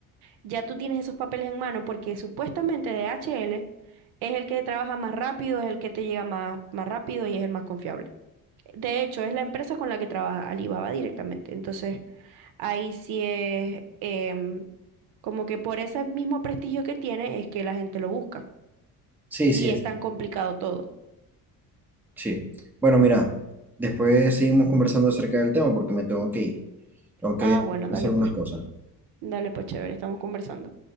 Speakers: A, on the right; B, in the centre.
A: ya tú tienes esos papeles en mano porque supuestamente DHL es el que trabaja más rápido, es el que te llega más, más rápido y es el más confiable. De hecho, es la empresa con la que trabaja Alibaba directamente. Entonces, ahí sí es em, como que por ese mismo prestigio que tiene es que la gente lo busca.
B: sí,
A: Y
B: sí,
A: es
B: sí.
A: tan complicado todo.
B: sí. Bueno, mira, después seguimos conversando acerca del tema porque me tengo que ir. Tengo que
A: Ah, bueno, dale
B: hacer unas
A: pues.
B: cosas.
A: Dale pues, chévere, estamos conversando.